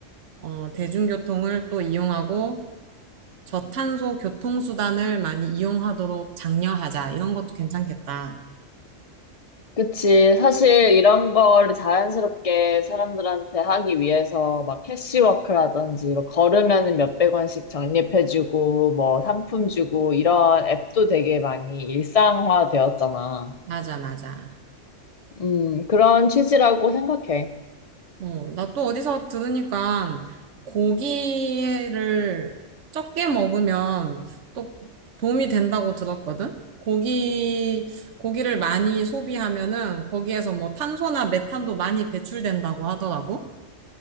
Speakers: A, on the right; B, on the left.
A: 어, 대중교통을 또 이용하고 저탄소 교통수단을 많이 이용하도록 장려하자. 이런 것도 괜찮겠다.
B: 그치. 사실 이런 거를 자연스럽게 사람들한테 하기 위해서 막 캐시워크라든지 뭐 걸으면 몇백 원씩 적립해주고 뭐 상품 주고 이런 앱도 되게 많이 일상화 되었잖아.
A: 맞아, 맞아.
B: 음, 그런 취지라고 생각해.
A: 어, 나 또 어디서 들으니까 고기를 적게 먹으면 또 도움이 된다고 들었거든? 고기, 고기를 많이 소비하면은 거기에서 뭐 탄소나 메탄도 많이 배출된다고 하더라고.